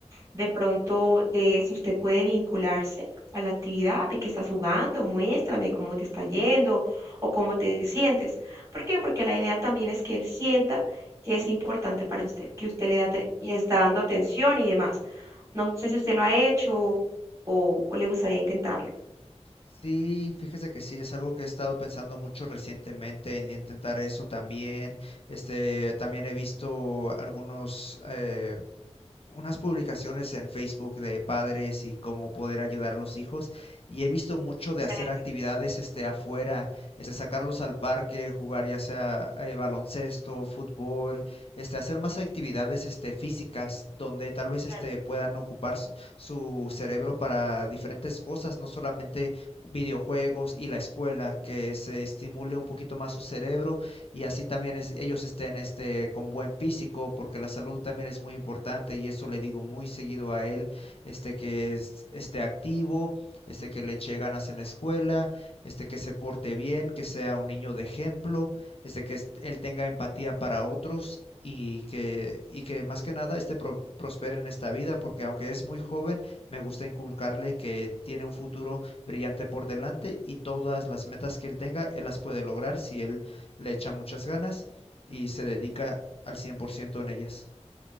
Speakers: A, on the right; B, on the left.
A: de pronto, de si usted puede vincularse a la actividad de que estás jugando, muéstrame cómo te está yendo o cómo te sientes. ¿Por qué? Porque la idea también es que él sienta que es importante para usted, que usted le da, tre- le está dando atención y demás. No sé si usted lo ha hecho o, o le gustaría intentarlo.
B: Sí, fíjese que sí, es algo que he estado pensando mucho recientemente en intentar eso también. Este, también he visto algunos, eh, unas publicaciones en Facebook de padres y cómo poder ayudar a los hijos y he visto mucho de
A: Excelente,
B: hacer actividades este afuera, este sacarlos al parque, jugar ya sea eh, baloncesto, fútbol, este hacer más actividades este físicas donde tal vez
A: claro,
B: este puedan ocupar su, su cerebro para diferentes cosas, no solamente videojuegos y la escuela, que se estimule un poquito más su cerebro y así también es- ellos estén este, con buen físico, porque la salud también es muy importante y eso le digo muy seguido a él, este, que es- esté activo, este, que le eche ganas en la escuela, este, que se porte bien, que sea un niño de ejemplo, este, que él tenga empatía para otros. Y que, y que más que nada este pro- prospere en esta vida, porque aunque es muy joven, me gusta inculcarle que tiene un futuro brillante por delante y todas las metas que él tenga, él las puede lograr si él le echa muchas ganas y se dedica al 100% en ellas.